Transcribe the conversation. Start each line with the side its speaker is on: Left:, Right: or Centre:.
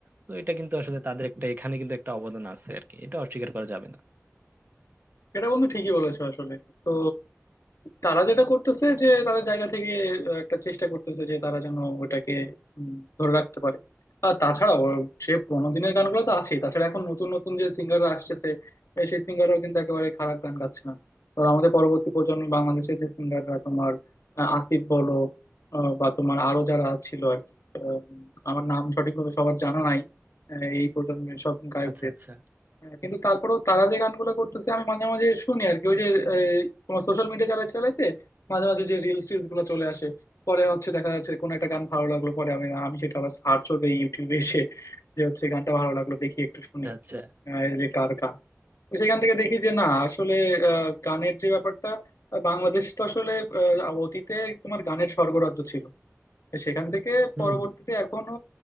Right: তো এটা কিন্তু আসলে তাদের একটা এখানে কিন্তু একটা অবদান আছে আর কি এটা অস্বীকার করা যাবে না
Left: এটা বন্ধু ঠিকই বলেছো আসলে তো তারা যেটা করতেছে যে তাদের জায়গা থেকে আহ, একটা চেষ্টা করতেছে যে তারা যেন ওটাকে উম, ধরে রাখতে পারে আর তাছাড়া ও- সে পুরোনো দিনের গানগুলো তো আছেই তাছাড়া এখন নতুন নতুন যে সিঙ্গাররা আসতেছে এ, সেই সিঙ্গাররাও কিন্তু একেবারে খারাপ গান গাচ্ছে না ধরো আমাদের পরবর্তী প্রজন্ম বাংলাদেশের যে সিঙ্গাররা তোমার আহ, আসিফ বলো আহ, বা তোমার আরো যারা ছিল আর কি আহ, আমার নাম সঠিকভাবে সবার জানা নাই আহ, এই প্রজন্মের সব গায়ক
Right: আচ্ছা আচ্ছা
Left: হ্যাঁ, কিন্তু তারপরেও তারা যে গানগুলো করতেছে আমি মাঝে মাঝে শুনি আর কি ওই যে এই, তোমার সোশ্যাল মিডিয়া চালাতে চালাইতে মাঝে মাঝে যে রিলস টিলস গুলো চলে আসে পরে হচ্ছে দেখা যাচ্ছে কোন একটা গান ভালো লাগলো পরে আমি আমি সেটা আবার সার্চও দিই ইউটিউবে এসে যে হচ্ছে গানটা ভালো লাগলো দেখি একটু
Right: আচ্ছা
Left: শুনি
Right: আচ্ছা
Left: আহ, এই যে কার গান তো সেখান থেকে দেখি যে না আসলে আহ, গানের যে ব্যাপারটা আহ, বাংলাদেশ তো আসলে আহ, অতীতে তোমার গানের স্বর্গরাজ্য ছিল সেখান থেকে
Right: হুম
Left: পরবর্তীতে
Right: হুম
Left: এখনো